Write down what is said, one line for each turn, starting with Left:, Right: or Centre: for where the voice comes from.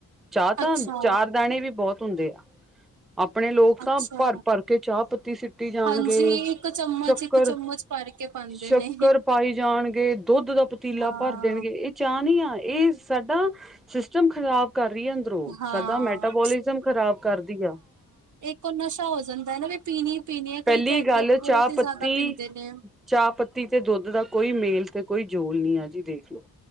Centre: ਚਾਹ ਤਾਂ
Right: ਅੱਛਾ।
Centre: ਚਾਰ ਦਾਣੇ ਵੀ ਬਹੁਤ ਹੁੰਦੇ ਆ ਆਪਣੇ ਲੋਕ
Right: ਅੱਛਾ,
Centre: ਤਾਂ ਭਰ ਭਰ ਕੇ ਚਾਹ ਪੱਤੀ ਸਿੱਟੀ ਜਾਣਗੇ
Right: ਹਾਂਜੀ ਇੱਕ ਚਮਚ,
Centre: ਸ਼ੱਕਰ
Right: ਇੱਕ ਚਮਚ ਭਰ ਕੇ ਪਾਉਂਦੇ
Centre: ਸ਼ੱਕਰ
Right: ਨੇ।
Centre: ਪਾਈ ਜਾਣਗੇ ਦੁੱਧ ਦਾ ਪਤੀਲਾ
Right: ਹਾਂ,
Centre: ਭਰ ਦੇਣਗੇ ਇਹ ਚਾਹ ਨੀ ਆਏ ਇਹ ਸਾਡੇ ਸਿਸਟਮ ਖਰਾਬ ਕਰ ਰਹੀ ਹੈ ਅੰਦਰੋਂ
Right: ਹਾਂ।
Centre: ਸਾਡ ਮੈਟਾਬੋਲਿਜ਼ਮ ਖਰਾਬ ਕਰਦੀ ਆ
Right: ਕੋਈ ਨਸ਼ਾ ਹੋ ਜਾਂਦਾ ਹੈ ਨਾ ਵੀ ਪੀਣੀ ਪੀਣੀ ਹੈ,
Centre: ਪਹਿਲੀ
Right: ਕਈ ਤਾਂ ਇੱਧਰ
Centre: ਗੱਲ
Right: ਬਹੁਤ
Centre: ਚਾਹ
Right: ਹੀ
Centre: ਪੱਤੀ
Right: ਜ਼ਿਆਦਾ ਪੀਂਦੇ ਨੇ।
Centre: ਚਾਹ ਪੱਤੀ ਤੇ ਦੁੱਧ ਦਾ ਕੋਈ ਮੇਲ ਤੇ ਕੋਈ ਜੋਲ ਨਹੀਂ ਆ ਜੀ ਦੇਖਲੋ